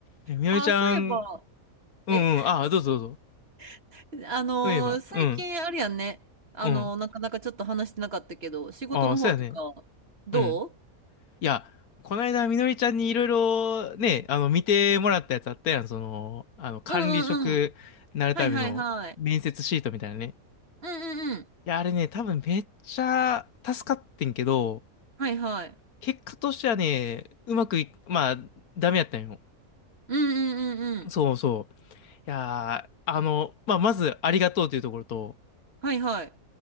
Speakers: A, on the left; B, on the right.
A: え、みのりちゃん、
B: ああ、そういえば、
A: うんうん、
B: え、
A: あ、どうぞどうぞ。
B: <laughs> あのー最近あれやんね。
A: そういえば、うん、
B: あのーなかなかちょっと話してなかったけど、
A: うん。
B: 仕事の方とか、
A: ああ、そうやね。
B: どう
A: うん。いや、この間、みのりちゃんにいろいろね、あの、見てもらったやつあったやん。その、あの、管理職になるための面接シートみたいなね。
B: うんうんうん。はいはいはい。うんうんうん。
A: いや、あれね、多分めっちゃ助かってんけど、
B: はいはい。
A: 結果としてはね、うまくい、まあ、ダメやったんよ。
B: うんうんうんうん。
A: そうそう。いやー、あの、まあ、まず、ありがとうというところと、
B: はいはい。